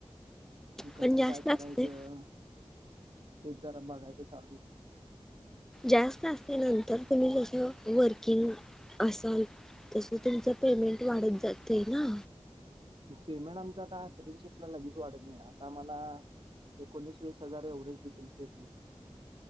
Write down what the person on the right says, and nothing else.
म कसं
काय करायचं,
तेच जरा बघायचं चालूये.
पेमेंट आमचं आता इंटर्नशिप ला लगेच वाढत नाही आता आम्हाला एकोणीस वीस हजार एवढेच देतील पेमेंट.